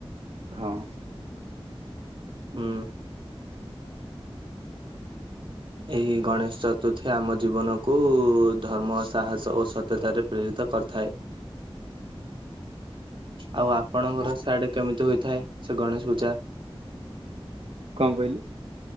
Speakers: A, on the right; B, on the right.
A: ହଁ।
B: ହୁଁ। ଏହି ଗଣେଶ ଚତୁର୍ଥୀ ଆମ ଜୀବନକୁ ଧର୍ମ ସାହସ ଓ ସତ୍ୟତାରେ ପ୍ରିରିତ କରିଥାଏ। ଆଉ ଆପଣଙ୍କର ସାଇଡି ରେ କେମିତି ହୋଇଥାଏ, ସେ ଗଣେଶ ପୂଜା?
A: କଣ୍ କହିଲେ?